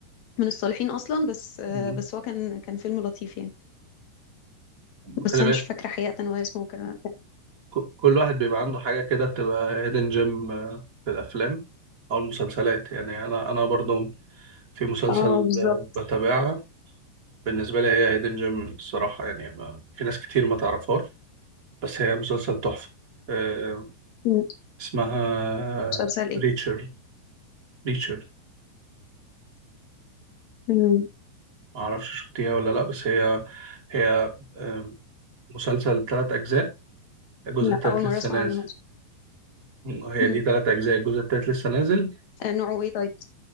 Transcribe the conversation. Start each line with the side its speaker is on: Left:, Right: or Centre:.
Left: من الصالحين اصلا بس آه،
Right: مم.
Left: بس هو كان كان فيلم لطيف يعني بس
Right: خلي
Left: انا
Right: بالك
Left: مش فاكره حقيقه هو اسمه كان
Right: ك- كل واحد بيبقى عنده حاجة كده بتبقى هيدن جيم في الأفلام أو المسلسلات يعني أنا أنا برضو في مسلسل
Left: اه بالظبط
Right: آه، بتابعها بالنسبة لي هي هيدن جيم الصراحة يعني ما في ناس كتير ما تعرفهاش بس هي مسلسل تحفة آه،
Left: مم.
Right: اسمها
Left: مسلسل ايه
Right: ريتشر ريتشر
Left: مم.
Right: معرفش شفتيها ولا لأ بس هي هي آه، مسلسل تلات أجزاء الجزء
Left: لا
Right: التالت
Left: اول مره
Right: لسه
Left: اسمع
Right: نازل
Left: عنه
Right: هي
Left: مم.
Right: دي تلات أجزاء الجزء التالت لسه نازل
Left: آه، نوعه ايه طيب